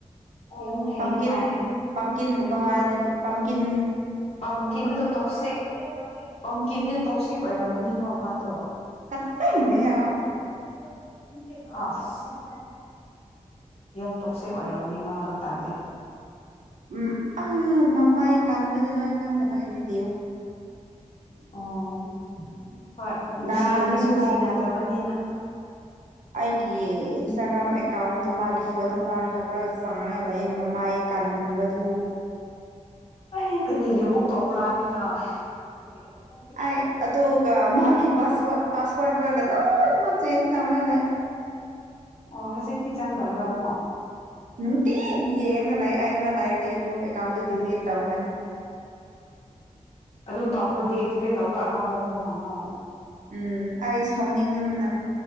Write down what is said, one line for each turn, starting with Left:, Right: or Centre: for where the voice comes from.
Left: ꯌꯥꯝ ꯍꯩꯌꯦ
Right: ꯄꯝ ꯀꯤꯟ
Left: ꯍꯥꯏ
Right: ꯄꯝ ꯀꯤꯟ ꯀꯨꯝꯕ ꯋꯥꯗꯤ ꯄꯝ ꯀꯤꯟ
Left: ꯕꯝꯀꯤꯟꯗꯣ ꯇꯣꯛꯁꯤꯛ ꯕꯝꯀꯤꯟꯗꯣ ꯇꯣꯛꯁꯤꯛ ꯑꯣꯏꯔꯝꯒꯅꯤꯀꯣ ꯃꯥꯗꯣ
Right: ꯀꯄ ꯂꯩ ꯍꯥꯏ
Left: <unintelligible> ꯑꯁ ꯌꯥꯝ ꯇꯣꯛꯁꯦꯛ ꯑꯣꯏꯔꯝꯅꯤ ꯃꯥꯗꯣ ꯇꯜꯂꯦ
Right: ꯎꯝ ꯑꯥ ꯃꯃꯥꯏ ꯀꯟꯕꯗꯨ ꯅꯣꯏ ꯈꯟꯗꯕꯒꯤꯅꯤꯗꯨ
Left: ꯑꯣ ꯍꯣꯏ ꯅꯨꯡꯁꯤꯕꯨꯗꯤ
Right: ꯅꯍꯥꯟꯁꯨ
Left: ꯅꯨꯡꯁꯤꯅꯗꯕꯅꯤꯅ
Right: ꯑꯩꯒꯤ ꯏꯟꯁꯇꯥꯒ꯭ꯔꯥꯝ ꯑꯦꯀꯥꯎꯟꯗꯣ ꯃꯥꯒꯤ ꯐꯣꯟ ꯅꯝꯕꯔ ꯍꯥꯞꯄ ꯈꯔ ꯆꯪꯉꯒ ꯂꯩꯌꯦ ꯃꯃꯥꯏ ꯀꯟꯕꯗꯨ
Left: ꯑꯩ ꯀꯔꯤꯒꯤ ꯑꯃꯨꯛ ꯇꯧꯕ꯭ꯔꯥ ꯍꯥꯏꯕꯅꯤꯗ ꯐꯔꯣꯣ <unintelligible>
Right: ꯑ ꯑꯗꯨ ꯑꯗꯨꯒ ꯃꯥꯒꯤ ꯄꯥꯁꯋꯥ ꯄꯥꯁꯋꯔꯗ ꯋꯥꯕꯒ ꯂꯣꯢ ꯃꯥ ꯆꯦꯟꯖ ꯇꯧꯔꯒ ꯂꯩ
Left: ꯑꯣ ꯍꯧꯖꯤꯛꯇꯤ ꯆꯪꯗꯕ꯭ꯔꯥ ꯑꯃꯨꯛ
Right: ꯅꯨꯡꯇꯤ ꯌꯦꯡꯉꯒ ꯂꯩ ꯑꯩ ꯈꯔ ꯂꯩꯔꯗꯤ ꯑꯗꯨ ꯑꯦꯀꯥꯎꯟꯗ ꯗꯤꯂꯦꯠ ꯇꯧꯈ꯭ꯔꯅꯤ
Left: ꯑꯗꯨ ꯇꯥꯎꯈ꯭ꯔꯣꯗꯤ ꯍꯛꯇꯨꯕꯦꯠ ꯇꯧꯈ꯭ꯔꯥ ꯑꯅꯧꯕ ꯑꯃꯨꯛ ꯍꯪꯉꯣ
Right: ꯎꯝ ꯑꯩ ꯁꯥꯎꯅꯤꯡꯕꯅ